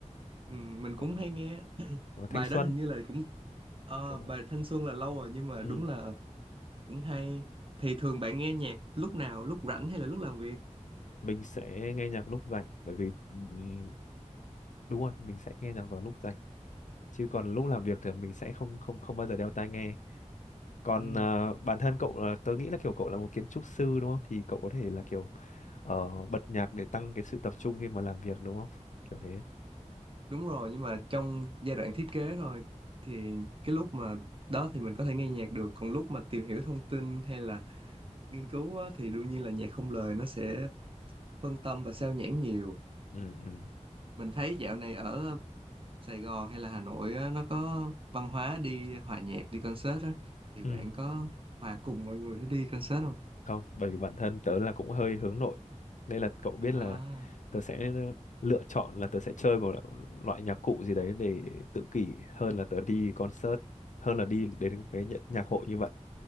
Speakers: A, on the right; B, on the left.
A: ừ, mình
B: có,
A: cũng hay nghe
B: có
A: bài
B: thanh xuân
A: đó hình như là cũng ờ,
B: kiểu
A: bài
B: vậy.
A: Thanh Xuân là lâu rồi nhưng mà
B: ừ.
A: đúng là cũng hay thì thường bạn nghe nhạc lúc nào lúc rảnh hay là lúc làm việc
B: mình sẽ nghe nhạc lúc rảnh bởi vì ừm, đúng rồi mình sẽ nghe nhạc vào lúc rảnh chứ còn lúc làm việc thì mình sẽ không không không bao giờ đeo tai nghe còn
A: ừ
B: ờ, bản thân cậu là tớ nghĩ là kiểu cậu là một kiến trúc sư đúng không thì cậu có thể là kiểu ờ, bật nhạc để tăng cái sự tập trung khi mà làm việc đúng không kiểu thế
A: đúng rồi nhưng mà trong giai đoạn thiết kế thôi thì cái lúc mà đó thì mình có thể nghe nhạc được còn lúc mà tìm hiểu thông tin hay là nghiên cứu á, thì đương nhiên là nhạc không lời nó sẽ phân tâm và sao nhãng nhiều
B: ừ ừ
A: mình thấy dạo này ở Sài Gòn hay là Hà Nội á, nó có văn hóa đi hòa nhạc đi concert á thì bạn
B: ừ
A: có hòa cùng mọi người để đi concert không
B: không bởi vì bản thân tớ là cũng hơi hướng nội nên là cậu biết
A: à
B: là tớ sẽ lựa chọn là tớ sẽ chơi một loại nhạc cụ gì đấy để tự kỷ hơn là tớ đi concert hơn là đi đến cái nhạc hội như vậy